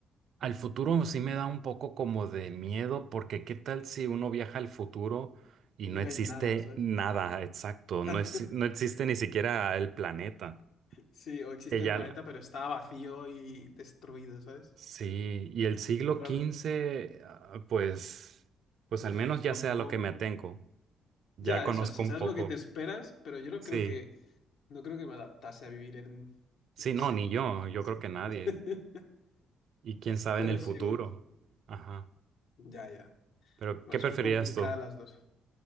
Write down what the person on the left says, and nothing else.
Y
no hay nada, ¿sabes?
Claro.
<laughs>
Sí, o existe
el planeta, pero está vacío y destruido, ¿sabes?
Pero,
uf,
tampoco.
Ya,
eso sí,
sabes
lo que te esperas, pero yo no
creo que, no creo que me adaptase a vivir en,
yo qué
sé,
en
el-
<laughs>
Pero
sí, bueno,
ya, ya.
Bueno,
son complicadas
las dos.